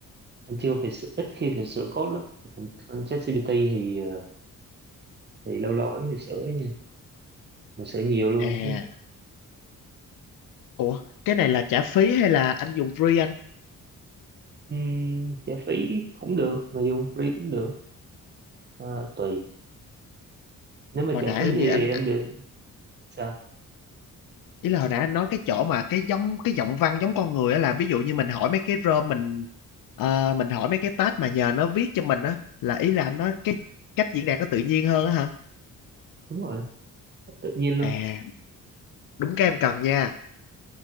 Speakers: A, on the right (about 30°); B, on the left (about 75°).
A: anh chưa phải sửa, ít khi phải sửa code lắm còn con ChatGPT thì ờ, thì lâu lâu vẫn phải sửa ấy nha mà sửa nhiều luôn
B: à
A: chứ
B: ủa cái này là trả phí hay là anh dùng free anh
A: Ừm, trả phí cũng được mà dùng free cũng được à, tùy nếu mà
B: hồi
A: trả
B: nãy
A: phí
B: hình
A: thì
B: như anh
A: em được sao
B: ý là hồi nãy anh nói cái chỗ mà cái giống cái giọng văn giống con người á là ví dụ như mình hỏi mấy cái rơm mình ờ, mình hỏi mấy cái tag mà nhờ nó viết cho mình á là ý là anh nói cái cách diễn đạt nó tự nhiên hơn á hả
A: đúng rồi cách tự nhiên
B: à
A: luôn
B: đúng cái em cần nha